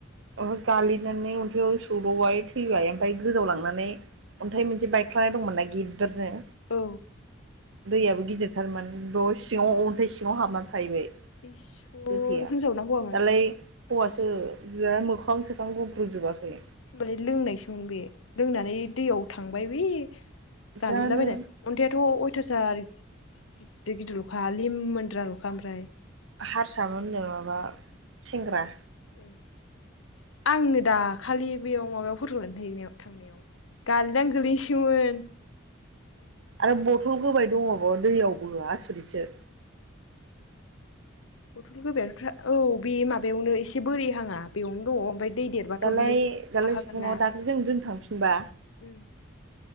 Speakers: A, on the right; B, on the left.
A: ओहो गालिननानै अन्थाइ आव। सौदावबाय थैबाय ओमफ्राय गोजाव लांनानै अन्थाइ मोनसे बाइकख्लानाय दंमोनना गिदिरनो।
B: औ।
A: दैयाबो गिदिरथारमोन दलं सिङाव अ अन्थाइ सिङाव हाबनानै थाहैबाय।
B: इसर
A: गोथैया
B: होनजावना हौवामोन?
A: दालाय हौवासो बि मोखां सोखां गुग्रबजोबाखै।
B: होमबालाय लोंनायसोमोन बे लोंनानै दैयाव थांबाय बे? गालिनलाबायनान
A: जानो
B: अनथाइआथ अयथासार गिदिर गिदिर खालि लिमोनद्रा लखा ओमफ्राय
A: हारसामोननो माबा सेंग्रा
B: ए आंनो दाखालि बेयाव माबायाव फट' लानो थानाय थांनायाव गालिननान गोगलैनोसैमोन।
A: आरो बथल गोबाय दंजोबो दैयावबो आसुरितसो
B: बथल गोबायफ्रा औ बे माबायावनो एसे बोरै हाङा बेयावनो दङ ओमफ्राय दै देरबाथ'
A: दालाय
B: बियो
A: दालाय
B: थाखागोन
A: फुङाव
B: ना।
A: दाख्लै जों जों थांफिनबा
B: उम।